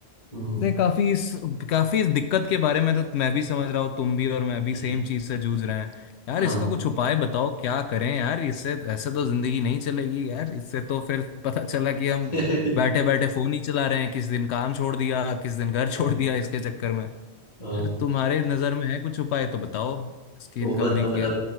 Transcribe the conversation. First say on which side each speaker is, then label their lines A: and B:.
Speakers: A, on the left; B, on the left.
A: हम्म,
B: नहीं काफी इस काफी इस दिक्कत के बारे में तो मैं भी समझ रहा हूँ तुम भी और मैं भी
A: हम्म,
B: सेम चीज से जूझ रहे हैं यार
A: हाँ
B: इसका कुछ उपाय बताओ क्या करें यार इससे ऐसे तो जिंदगी नहीं चलेगी यार इससे तो फिर पता चला कि हम
A: <laughs>
B: बैठे बैठे फोन ही चला रहे हैं किस दिन काम छोड़ दिया किस दिन घर छोड़
A: हाँ
B: दिया इसके चक्कर में यार
A: हाँ
B: तुम्हारे नजर में है कुछ उपाय तो बताओ इसकी
A: वो
B: रिकवरी
A: बात तो मतलब
B: के